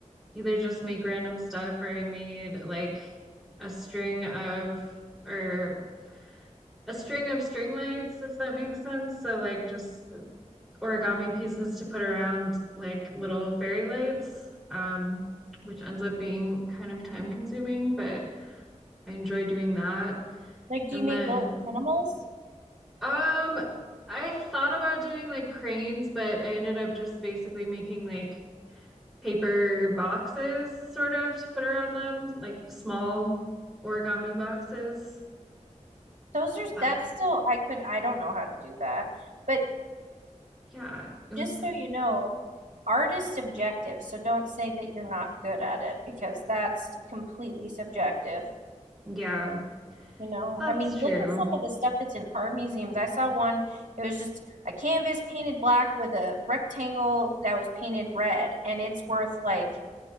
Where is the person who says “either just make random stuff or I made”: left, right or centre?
Centre